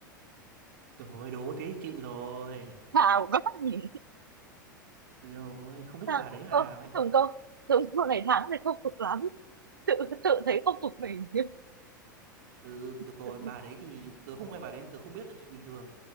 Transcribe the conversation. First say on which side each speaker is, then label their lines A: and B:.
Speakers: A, on the right; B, on the right.
A: Thôi đố thế thì chịu rồi.
B: bà quá nhỉ
A: Rồi không biết
B: Thằng,
A: bà đấy bà
B: cô,
A: nào ấy.
B: Tùng cô, đúng cô ngày tháng thì không phục lắm. Tự, tự thấy không phục mình.
A: Ừ được
B: <laughs>
A: rồi, bà đấy thì tớ không quen bà đấy, tớ không biết là chuyện bình thường.